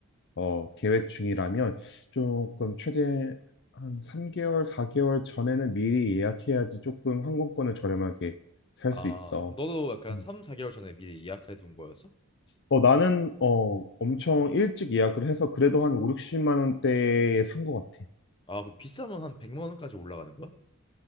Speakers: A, on the left; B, on the left.
A: 어, 계획 중이라면 조금 최대 한 3개월, 4개월 전에는 미리 예약해야지 조금 항공권을 저렴하게 살
B: 아,
A: 수 있어.
B: 그럼 너도 약간
A: 음.
B: 3, 4개월 전에 미리 예약해 둔 거였어?
A: 어, 나는 어, 엄청 일찍 예약을 해서 그래도 한 5, 60만 원대에 산 것 같아.
B: 아, 그럼 비싸면 한 100만 원까지 올라가는 거야?